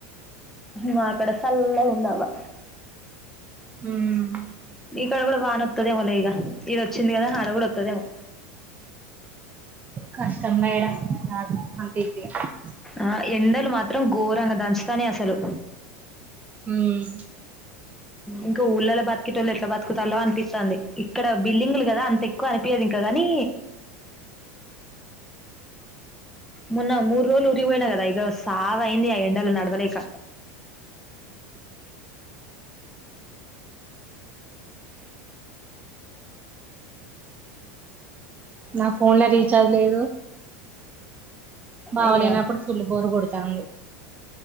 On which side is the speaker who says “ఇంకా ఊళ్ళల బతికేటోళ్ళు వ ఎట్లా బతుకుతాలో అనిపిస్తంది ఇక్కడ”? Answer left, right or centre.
Centre